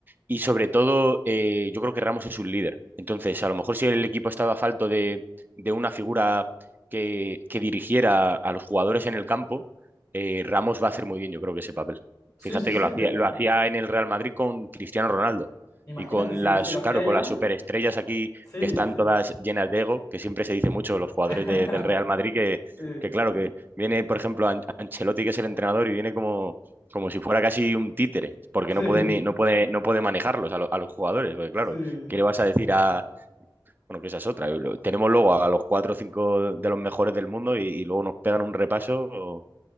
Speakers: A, on the right; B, on the left.
A: Y sobre todo, eh, yo creo que Ramos es un líder. Entonces, a lo mejor si el equipo estaba falto de, de una figura que, que dirigiera a los jugadores en el campo, eh, Ramos va a hacer muy bien, yo creo que ese papel.
B: sí,
A: Fíjate
B: sí, sí,
A: que lo hacía,
B: de-
A: lo
B: de-
A: hacía en el Real Madrid con Cristiano Ronaldo
B: imagínate,
A: y con
B: si,
A: las,
B: si lo hacía
A: claro,
B: ya,
A: con las superestrellas aquí
B: sí,
A: que están
B: sí,
A: todas llenas de ego, que siempre se dice mucho de los jugadores
B: <laughs>
A: de- del Real Madrid, que,
B: sí,
A: que claro, que viene, por ejemplo, An- Ancelotti, que es el entrenador, y viene como como si fuera casi un títere, porque
B: sí,
A: no puede, ni- no puede, no puede manejarlos a, lo- a los jugadores, porque claro,
B: sí,
A: ¿qué le vas a decir a... Bueno, que esa es otra. lo- Tenemos luego a a los cuatro o cinco de los mejores del mundo y, y luego nos pegan un repaso. o-